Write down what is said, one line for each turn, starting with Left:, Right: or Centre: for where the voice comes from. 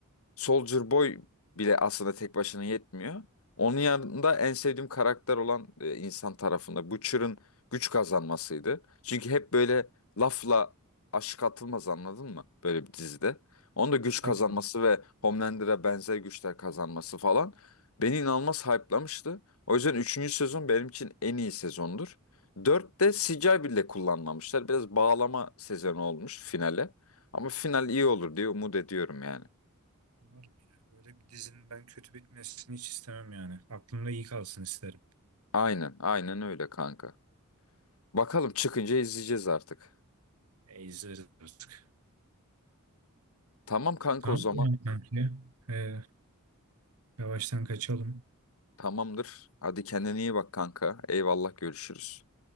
Left: Soldier Boy bile aslında tek başına yetmiyor. Onun yanında en sevdiğim karakter olan e, insan tarafında Butcher'ın güç kazanmasıydı. Çünkü hep böyle lafla aşık atılmaz anladın mı? Böyle bir dizide. Onun da güç
Right: E, tabii.
Left: kazanması ve Homelander'a benzer güçler kazanması falan beni inanılmaz hype'lamıştı. O yüzden üçüncü sezon benim için en iyi sezondur. 4'te CGI bile kullanmamışlar. Biraz bağlama sezonu olmuş finale. Ama final iyi olur diye umut ediyorum yani.
Right: Umarım ya. Böyle bir dizinin ben kötü bitmesini hiç istemem yani. Aklımda iyi kalsın isterim.
Left: Aynen, aynen öyle kanka. Bakalım çıkınca izleyeceğiz artık.
Right: E, izleriz artık.
Left: Tamam kanka
Right: Tamam
Left: o zaman.
Right: mı yani kanki? E, yavaştan kaçalım.
Left: Tamamdır. Hadi kendine iyi bak kanka. Eyvallah görüşürüz.